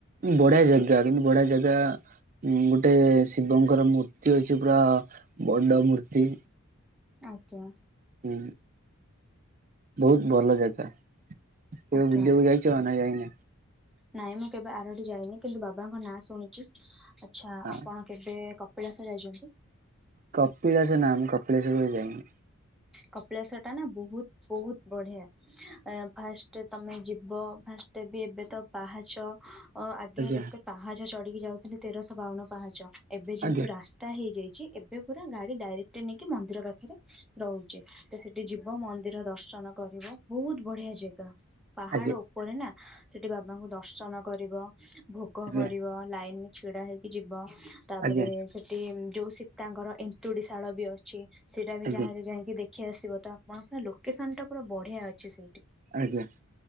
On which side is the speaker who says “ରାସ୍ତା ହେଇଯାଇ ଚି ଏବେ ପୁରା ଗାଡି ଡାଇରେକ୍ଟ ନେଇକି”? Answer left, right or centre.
Centre